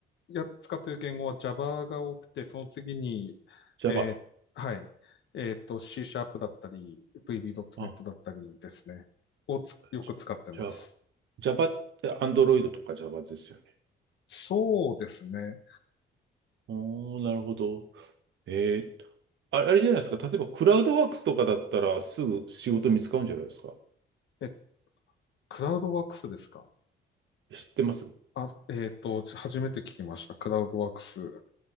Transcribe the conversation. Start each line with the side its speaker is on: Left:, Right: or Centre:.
Left: や、使っている言語は Java が多くて、その次に、
Right: Java。
Left: えーはい。えっと、C シャープだったり、VB.net
Right: あ、
Left: だったりですね。をつよく使ってます。
Right: じ Java。Java って Android とか Java ですよね。
Left: そうですね。
Right: おー、なるほど。ええ、ああれじゃないですか。例えばクラウドワークスとかだったらすぐ仕事見つかるんじゃないですか。
Left: え、クラウドワークスですか
Right: 知ってます
Left: あ、えっと、初めて聞きました。クラウドワークス。